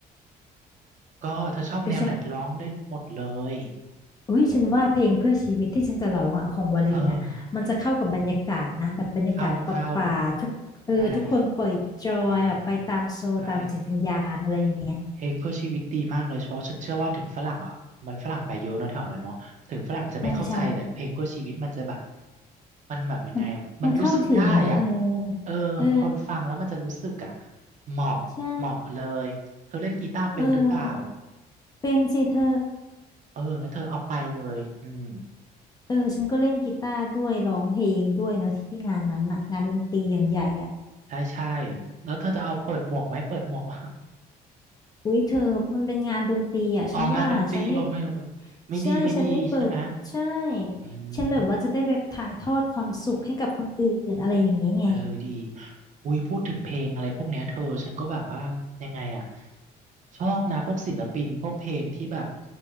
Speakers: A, on the right; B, on the left.
A: ก็เธอชอบแนวไหนร้องได้หมดเลย
B: หรือฉัน อุ้ยฉันว่าเพลงเพื่อชีวิตที่ฉันจะร้องอ่ะของวลินอ่ะมันจะเข้ากับบรรยากาศนะแบบบรรยากาศป่าๆทุกเออทุกคนปล่อยจอยแบบไปตามโซลตามจิตวิญญาณอะไรอย่างเงี้ย
A: เอออืมเข้าเข้าใช่อืมใช่เพลงเพื่อชีวิตดีมากเลยเพราะฉันเชื่อว่าถึงฝรั่งอ่ะมันฝรั่งไปเยอะเนอะแถวนั้นเนาะถึงฝรั่งจะไม่เข้าใจแต่เพลงเพื่อชีวิตมันจะแบบ
B: ใช่ใช่
A: มันแบบยังไงอะมันรู้สึกได้อ่ะ
B: มันมันเข้าถึงไงเธอ
A: เออคนฟังแล้วมันจะรู้สึกอ่ะ
B: เออ
A: เหมาะเหมาะเลยเธอเล่นกีตาร์เป็นหรือเปล่า
B: ใช่เออเป็นสิเธอ
A: เอองั้นเธอเอาไปเลยอืม
B: เออฉันก็เล่นกีตาร์ด้วยร้องเพลงด้วยเนาะที่งานนั้นน่ะงานดนตรีอย่างใหญ่อ่ะ
A: ใช่ใช่แล้วเธอจะเอาเปิดหมวกไหมเปิดหมวกว่า <laughs>
B: อุ๊ยเธอมันเป็นงานดนตรีอ่ะฉันว่าฉันไม่
A: ออกงานดนตรีโอไม่อไม่ดีไม่ดีใช่ไหม
B: ใช่ฉันไม่เปิดใช่
A: อืม
B: ฉันแบบว่าจะได้ไปถ่ายทอดความสุขให้กับคนอื่นอะไรอย่างนี้ไง
A: เออดีอุ้ยพูดถึงเพลงอะไรพวกเนี้ยเธอฉันก็แบบว่ายังไงอ่ะชอบนะพวกศิลปินพวกเพลงที่แบบ